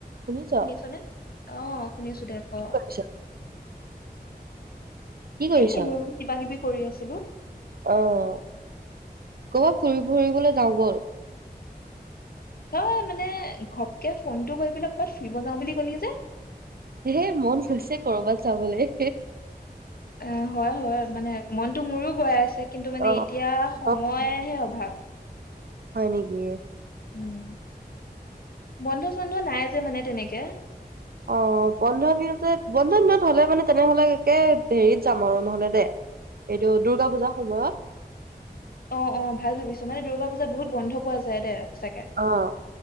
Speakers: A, on the right (about 65°); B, on the left (about 65°).
A: শুনিছ?
B: শুনিছনে? অ', শুনিছোঁ দে ক
A: কি কৰিছ? কি কৰিছ?
B: এ, এনে কিবা কিবি কৰি আছিলোঁ।
A: অ' কৰ'বাত ফুৰি, ফুৰিবলৈ যাওঁ ব'ল।
B: তই মানে ঘপকে ফোনটো কৰি পেলাই ক'ৰবাত ফুৰিব যাওঁ বুলি ক'লি যে?
A: হে, মন গৈছে ক'ৰবাত যাবলে।
B: অ', হয়, হয় মানে মনটো মোৰো গৈ আছে কিন্তু মানে
A: অ'
B: এতিয়া সময়হে
A: অ,
B: অভাৱ।
A: হয়, নেকি?
B: উম। বন্ধ চন্ধ নাই যে, মানে তেনেক কে
A: অ', বন্ধ দিনতে বন্ধ দিনত হ'লে মানে তেনেহ'লে একে হেৰিত যাম আৰু নহ'লে দে এইটো দুৰ্গা পূজাৰ সময়ত।
B: অ', অ', ভাল ভাবিছ মানে দুৰ্গা পূজাত বহুত বন্ধ পোৱা যায় দে। সঁচাকে।
A: অ',